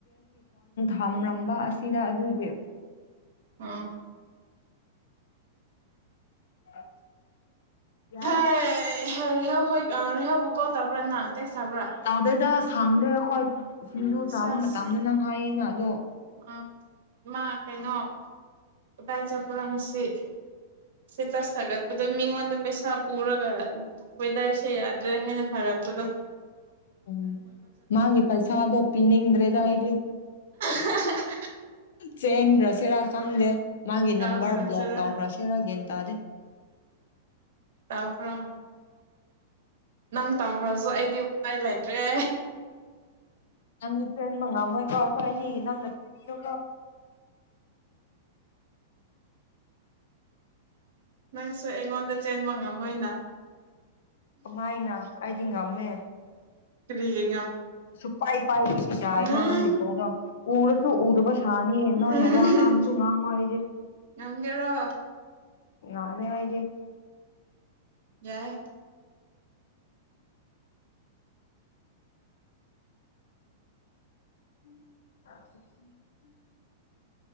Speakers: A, on the left; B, on the right.
A: ꯊꯝꯂꯝꯝꯕ ꯑꯁꯤꯗ ꯑꯗꯨꯒꯤ
B: ꯑꯥ
A: ꯑ ꯌꯥ
B: ꯍꯦ ꯔꯦꯍꯧ ꯍꯣꯏ ꯔꯦꯍꯧꯕꯨ ꯀꯣꯜ ꯇꯧꯕ꯭ꯔꯥ ꯅꯪ ꯇꯦꯛꯁ ꯊꯥꯕ꯭ꯔꯥ
A: ꯇ ꯑꯣꯗ ꯊꯥꯡꯗꯦ ꯑꯩ ꯍꯣꯏ ꯁꯤꯡꯖꯨ ꯆꯥꯕ
B: ꯁꯁ
A: ꯃꯇꯝꯗꯣ ꯅꯪ ꯍꯥꯏꯌꯦꯅ ꯑꯗꯣ
B: ꯑ ꯃꯥ ꯀꯩꯅꯣ ꯎꯀꯥꯏ ꯆꯠꯄꯨꯔꯉꯁꯤ ꯁꯤ ꯇꯁ ꯊꯒꯠ ꯑꯗꯣ ꯃꯤꯉꯣꯟꯗ ꯄꯩꯁꯥ ꯄꯨꯔꯒ ꯋꯦꯗꯔꯁꯦ ꯌꯥꯗ꯭ꯔꯦ ꯍꯥꯏꯅ ꯐꯔꯛꯄꯗꯣ
A: ꯎꯝ ꯃꯥꯒꯤ ꯄꯩꯁꯥꯗꯣ ꯄꯤꯅꯤꯡꯗ꯭ꯔꯦꯗ ꯑꯩꯗꯤ
B: <inaudible>
A: ꯁꯦꯟ ꯔꯁ ꯁꯤꯦꯔꯥ ꯈꯪꯗꯦ ꯃꯥꯒꯤ
B: ꯀꯥꯎꯈ꯭ꯔꯖꯤꯔ
A: ꯅꯝꯕꯔ ꯕ꯭ꯂꯣꯛ ꯇꯧꯈ꯭ꯔꯥ ꯁꯤꯔꯥ ꯒꯦꯟ ꯇꯥꯗꯦ
B: ꯇꯈ ꯅꯪ ꯇꯈ꯭ꯔꯁꯨ ꯑꯩꯗꯤ ꯎꯄꯥꯏ ꯂꯩꯇ꯭ꯔꯦ
A: ꯅꯪꯒꯤ ꯐ꯭ꯔꯦꯟ ꯃꯉꯥ ꯃꯣꯏꯀꯥꯎ ꯑꯩꯣꯏ ꯑꯅꯤꯒꯤ ꯅꯪꯅ ꯄꯤꯕꯤꯌꯨ
B: ꯅꯪꯁꯨ ꯑꯩꯉꯣꯟꯗ ꯆꯦꯟꯕ ꯉꯝꯃꯣꯏꯅ
A: ꯀꯃꯥꯏꯅ ꯑꯩꯗꯤꯡꯉꯝꯃꯦ
B: ꯐꯔꯤꯌꯦ
A: ꯁꯄꯥꯏ ꯄꯥꯏ ꯂꯤꯁꯤ ꯆꯏꯅꯥꯅꯅꯤ
B: ꯎꯝ
A: ꯄꯧꯒ ꯎ ꯁꯣ ꯎꯁ ꯁꯥꯅꯤ
B: ꯎꯝ
A: ꯅꯣꯏꯅ ꯋꯥ ꯉꯥꯡꯁꯨ ꯉꯥꯡ ꯋꯥꯗꯤ
B: ꯉꯝꯒꯦꯔꯣ
A: ꯑꯃꯦ ꯍꯥꯏꯏꯒꯦ
B: ꯌꯥꯏ
A: <inaudible>